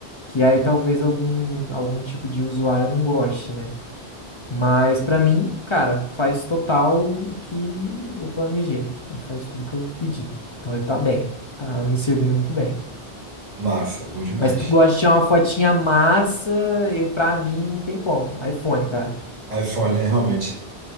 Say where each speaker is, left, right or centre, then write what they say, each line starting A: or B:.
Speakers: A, on the left; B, on the right.
A: que aí talvez algum, algum tipo de usuário não goste, né? Mas pra mim, cara, faz total o que eu planejei. Ele faz tudo que eu pedi. Então ele tá bem, tá me servindo muito bem.
B: Massa, bom demais.
A: Mas tu gosta de tirar uma fotinha massa, e pra mim não tem como. iPhone, cara.
B: iPhone é realmente